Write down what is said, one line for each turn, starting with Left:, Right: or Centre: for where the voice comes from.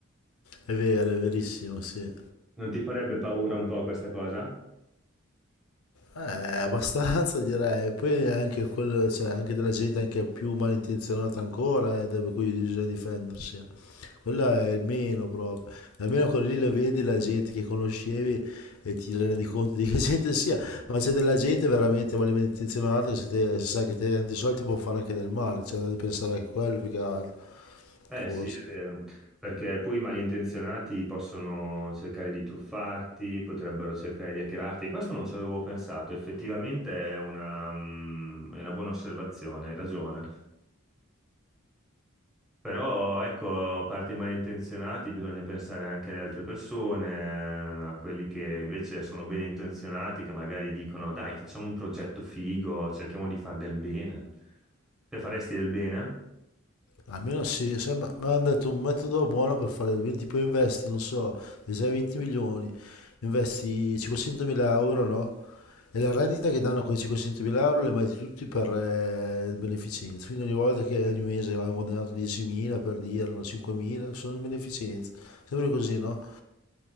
Left: È vero, è verissimo, sì.
Centre: Non ti farebbe paura un po' questa cosa?
Left: Eh, abbastanza direi, poi anche quello, cioè, anche della gente anche più malintenzionata ancora, eh, da per cui bisogna difendersi. eh. Quello è il meno proprio. Almeno quello lì lo vedi la gente che conoscevi e ti rendi conto di che gente sia, ma c'è della gente veramente malintenzionata che se, te- se sa che te tanti soldi può fare anche del male, cioè devi pensare anche a quello più che altro,
Centre: Eh
Left: forse.
Centre: sì, è vero, perché poi i malintenzionati possono cercare di truffarti, potrebbero cercare di hackerarti, questo non ci avevo pensato, effettivamente è una, mm, è una buona osservazione, hai ragione. Però ecco, a parte i malintenzionati, bisogna pensare anche alle altre persone, eh, a quelli che invece sono ben intenzionati, che magari dicono: Dai, facciamo un progetto figo, cerchiamo di far del bene. Te faresti del bene?
Left: Almeno sì, se- ma mi hanno detto un metodo buono per fare il bene, tipo investi, non so, se hai 20 milioni, investi 500.000 euro, no? E la rendita che danno quei 500.000 euro le metti tutti per eh, beneficenza, quindi ogni volta che ogni mese hanno guadagnato 10.000 per dire, no, 5.000, sono in beneficenza, sempre così, no?